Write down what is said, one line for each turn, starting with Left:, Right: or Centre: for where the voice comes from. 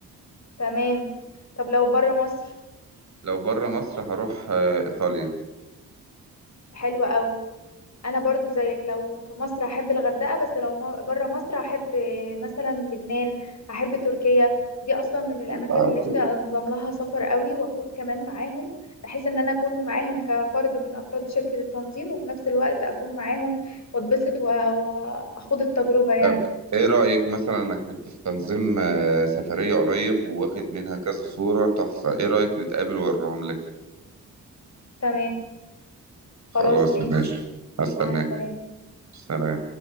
Left: تمام طب لو بره مصر
Right: لو بره مصر هروح آه، إيطاليا
Left: حلوة قوي انا برضو زيك لو في مصر احب الغردقة بس لو ما- بره مصر احب آه، مثلا لبنان احب تركيا دي اصلا من الاماكن
Right: طبعاً
Left: اللي نفسي انظم لها سفر قوي واكون كمان معاهم بحيث ان انا اكون معاهم كفرد من افراد شركة التنظيم وفي نفس الوقت اكون معاهم واتبسط و- واخوض التجربة يعني
Right: طب إيه رأيك مثلا أنا كنت في تنظيم آه، سفرية قريب وواخد منها كذا صورة تحفة إيه رأيك نتقابل وأوريهم لك
Left: تمام
Right: خلاص
Left: خلاص ماشي
Right: ماشي هستناك
Left: مع السلامة
Right: سلام